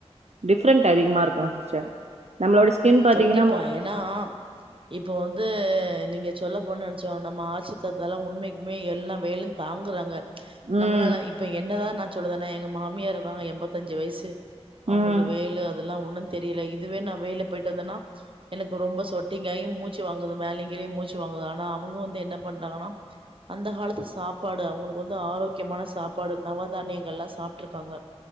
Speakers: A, on the right (about 80°); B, on the right (about 55°).
A: டிஃப்ரெண்ட் அதிகமா இருக்கு சிஸ்டர் நம்ளோட ஸ்கின் பாத்தீங்கன்னா
B: கண்டிப்பா
A: மொ
B: ஏன்னா இப்போ வந்து நீங்க சொல்லபோன நெனைச்சி நம்ம ஆட்சித்தத்தல்லா உண்மைக்குமே எல்லா வேலு தாங்குறாங்க
A: ம்
B: நம்மளால இப்ப என்னதா நா சொல்லுதேனே எங்க மாமியாரு இருக்காங்க எணம்பதஞ்சு வயஷ்சு அவங்களுக்கு
A: ம்
B: வேலு அதெல்லா ஒண்ணு தெரியல இதுவே நா வேல போயிட்டு வந்தன்னா எனக்கு ரொம்ப சொட்டிங்காயி மூச்சு வாங்குது மேலங்கிழயு மூச்சு வாங்குது ஆனா அவுங்க வந்து என்ன பண்றாங்கன்னா அந்த காலத்து சாப்பாடு அவங்களுக்கு வந்து ஆரோக் க்கியமான சாப்பாடு நவ தானியங்கல்லா சாப்ட்டுக்காங்க